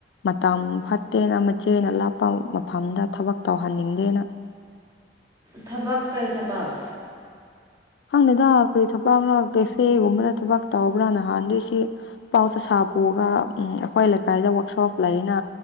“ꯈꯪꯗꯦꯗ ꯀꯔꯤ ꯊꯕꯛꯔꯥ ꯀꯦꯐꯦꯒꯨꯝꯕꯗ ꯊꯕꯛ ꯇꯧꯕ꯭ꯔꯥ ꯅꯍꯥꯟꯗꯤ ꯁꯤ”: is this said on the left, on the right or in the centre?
Left